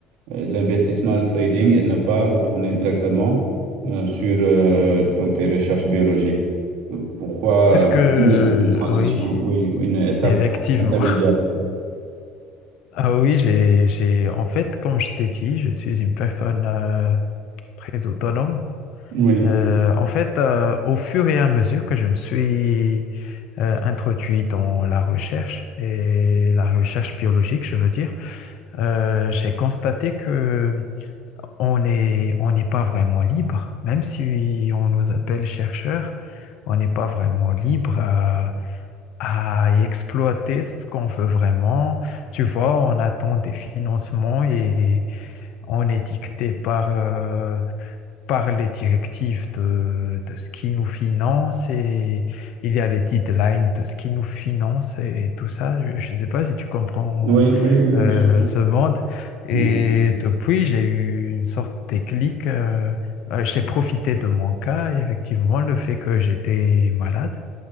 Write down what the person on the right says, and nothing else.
euh, l'investissement, le trading et ne pas retourner directement euh, sur euh, donc tes recherches biologiques? Pourquoi?
Une, une transition,
oui, une étape
intermédiaire.
Oui,
oui, oui, oui,
bien sûr.
Mm,